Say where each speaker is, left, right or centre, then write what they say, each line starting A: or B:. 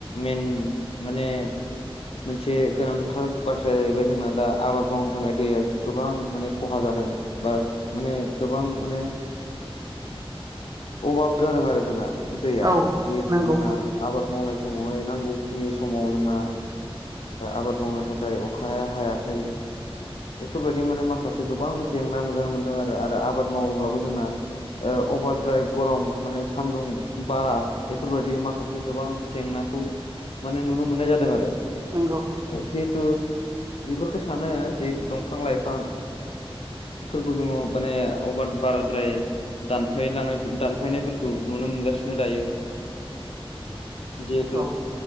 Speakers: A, on the left; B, on the right.
A: मेन माने मोनसे गोनांथार बाथ्राया जाहैबाय जोंना दा आबाद मावनो थाखाय दैया गोबां माने खहा जादों। बा माने गोबां माने अभाब जादों आरो जोंना दैया
B: औ
A: जिहेथु
B: नंगौ
A: जोंना आबाद मावनाय समावहाय नांगौखिनि समाव जोंना आबाद मावनो थाखाय अखाया हायाखै बेफोरबायदि माने माखासे गोबां जेंना नुजानो मोनदों आरो आरो आबाद मावोब्लाबो जोंना अभार द्राइ गरम माने सान्दुं बा एफोरबायदि माखासे गोबां जेंनाखौ माने नुनो मोननाय जादों आरो
B: नंगौ
A: जिहेतु बेफोरखौ सानो जिहेथु दंफां लाइफां फोरखौ जोङो माने अभार बाराद्राय दानफालांनाय दानफायनायफोरखौ नुनो मोनगासिनो दायो जिहेतु
B: नंगौ औ